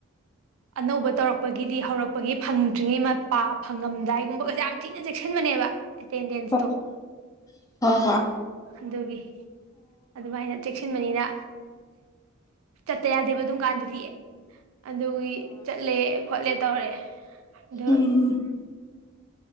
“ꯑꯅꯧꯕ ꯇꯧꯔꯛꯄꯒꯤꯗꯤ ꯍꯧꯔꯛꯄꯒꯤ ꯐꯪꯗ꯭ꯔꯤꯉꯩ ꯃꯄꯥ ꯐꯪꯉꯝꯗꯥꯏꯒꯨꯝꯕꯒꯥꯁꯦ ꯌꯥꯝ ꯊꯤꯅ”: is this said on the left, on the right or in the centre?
Right